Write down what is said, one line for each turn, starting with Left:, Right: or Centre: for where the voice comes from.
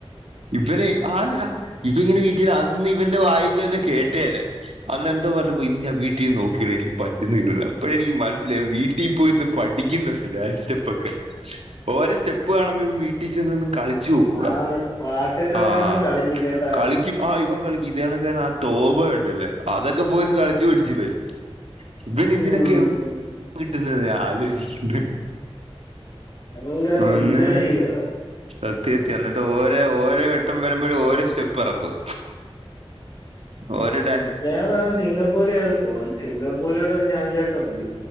Right: ഇവനെ ആണെടാ ഇവ ഇങ്ങനെ വീട്ട അന്ന് ഇവന്റെ വായന്ന്ല്ലെ കേട്ടേല്ല അന്ന് എന്തോ പറഞ്ഞ ഇത് ഞാൻ വീട്ടിൽ നോക്കിയി എനിക്ക് പറ്റുന്നില്ല അപ്പോഴെനിക്ക് മനസ്സിലായി വീട്ടി ഇപ്പോ ഇന്ന് പഠിക്കുന്നുണ്ട് ഡാൻസ് സ്റ്റെപ്പ ഒക്കെ ഓരോ സ്റ്റെപ്പ് കാണുമ്പോ ഇവൻ വീട്ടീ ചെന്ന് കളി ചൂട
Left: ആണ് പാട്ടിട്ടിട്ടിരുന്ന്
Right: ആഹ്
Left: കളിക്കും കേട്ടാ
Right: കളിക്കും ആഹ് ഇവൻ കളി ഇതാണ കാര ആ തോപ ഒണ്ടല്ലേ അതൊക്കെ പോയിന്ന് കളിച്ചു പിടിച് ഇവൻ ഇവന് ഇതിനൊക്കെ
Left: ഉം
Right: കിട്ടുന്ന ആലോചിക്കുന്നു
Left: അതുകൊണ്ട് അങ്ങ്
Right: ഒന്ന്
Left: എൻജോയ് ചെയ്യുക
Right: സത്യത്തി എന്നിട്ട് ഓര ഓരോ വട്ടം വരുമ്പോഴ ഓരോ സ്റ്റെപ്പ് ഇറക്കും ഓരുടെ
Left: ഞാൻ നാളെ സിംഗപ്പൂര് കയറിപ്പോവാ സിംഗപ്പൂരിലോട്ടൊ ഒരു ചാഞ്ചാട്ടം ഉണ്ട്